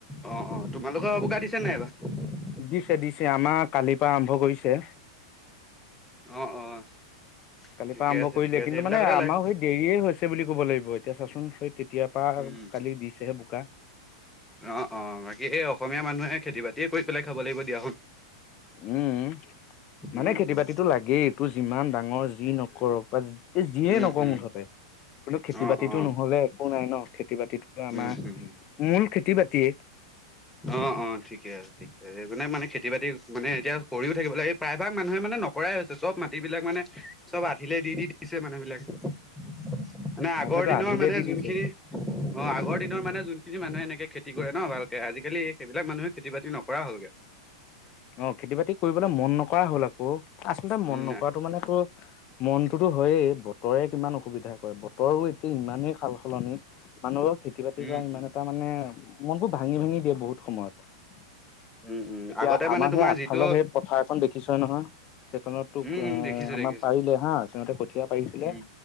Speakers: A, in the centre; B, on the left.
A: অ অ তোমালোকৰ অৱকা দিছে নাই এইবাৰ
B: দিছে দিছে আমাৰ কালিৰ পৰা আৰম্ভ কৰিছে।
A: অ - অ।
B: কালিৰ
A: ঠিকে
B: পৰা আৰম্ভ
A: আছে
B: কৰিলে
A: ঠিকে আছে
B: কিন্তু
A: এইবিলাকতে
B: মানে আমাৰ
A: লাগে।
B: সেই দেৰিয়ে হৈছে বুলি ক'ব লাগিব এতিয়া চাচোন সেই তেতিয়াৰ পৰা
A: উম।
B: কালি দিছেহে বোকা
A: অ - অ বাকী এই অসমীয়া মানুহে খেতি বাতিয়ে কৰি পেলাই খাব লাগিব দিয়া
B: উম মানে
A: উম
B: খেতি
A: উম
B: বাতিতটো লাগেই এইটো যিমান ডাঙৰ যি নকৰক বা এই যিয়ে
A: উম
B: নকৰও
A: উম
B: মুঠতে কিন্তু খেতি
A: অ
B: বাতিতো
A: অ
B: নহলে একো নাই ন। খেতি বাতিত আমাৰ
A: উম উম
B: মূল খেতি বাতিয়ে।
A: অ - অ ঠিকে আছে ঠিকে আছে মানে- মানে খেতি বাতি মানে এতিয়া কৰিও থাকিব লাগে প্ৰায়ভাগ মানুহে মানে নকৰাই হৈছে চব মাটি বিলাক মানে চব আধিলে দি - দি দিছে মানুহ বিলাকে।
B: <inaudible>
A: মানে আগৰ
B: সেইটো
A: দিনৰ
B: আধিলে
A: মানে
B: দি
A: যোনখিনি
B: দিছে
A: অ, আগৰ দিনৰ মানে যোনখিনি মানুহে এনেকে খেতি কৰে ন ভাল। আজিকালি সেইবিলাক মানুহে খেতি বাতি নকৰা হ'লগৈ।
B: অ, খেতি বাতি কৰিবলৈ মন নকৰা হ'ল আকৌ। আচলতে মন
A: উম,
B: নকৰাটো
A: নাই
B: মানে মনতোতো হয়েই। বতৰে কিমান অসুবিধা কৰে বতৰো এতিয়া ইমানেই সাল সলনি মানুহক খেতি বাতি
A: উম,
B: কৰা ইমান
A: উম,
B: এটা মানে মন বোৰ ভাঙি - ভাঙি দিয়ে বহুত সময়ত।
A: উম - উম
B: এতিয়া
A: আগতে।
B: আমাৰ
A: মানে তোমাৰ
B: সেই আগফালৰ
A: যিটো
B: সেই পথাৰ এখন দেখিছই নহয়। সেইখনত তোক
A: উম,
B: অ
A: উম, দেখিছোঁ
B: আমাৰ
A: দেখিছোঁ
B: পাৰিলে হা সিহতে কঠীয়া পাৰিছিলে
A: উম,